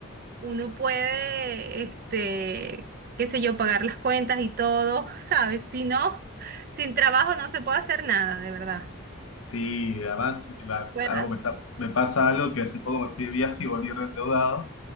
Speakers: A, on the right; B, on the left.
A: uno puede, este, qué sé yo, pagar las cuentas y todo, <laughs> ¿sabes? Si no, sin trabajo no se puede hacer nada, de verdad,
B: Sí, además, va-
A: ¿verdad?
B: algo me está, me pasa algo que hace poco me fui de viaje y volví reendeudado,